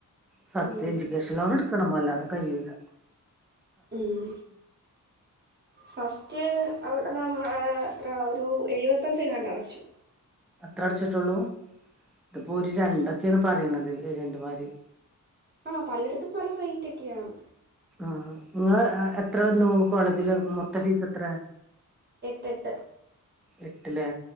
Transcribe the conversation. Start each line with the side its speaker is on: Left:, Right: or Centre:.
Centre: ഫസ്റ്റ്
Right: ഉം
Centre: എജ്യൂക്കേഷൻ ലോൺ എടുക്കണം അല്ലാതെ കൈയൂല
Right: ഉം ഫസ്റ്റ് അവിടെ നമ്മ എത്ര ഒരു എഴുപത്തഞ്ച് എങ്ങാണ്ട് അടച്ചു
Centre: അത്ര അടച്ചിട്ടുള്ളൂ ഇതിപ്പോ ഒരു രണ്ടൊക്കെയാണ് പറയണത് ഏജന്റുമാര്.
Right: ആ പലടത്തും പല റേറ്റൊക്കെയാണ്
Centre: ആ നിങ്ങള് എത്ര വന്നു കോളേജില് മൊത്തം ഫീസ് എത്രയാ?
Right: എട്ട് എട്ട്
Centre: എട്ടല്ലേ?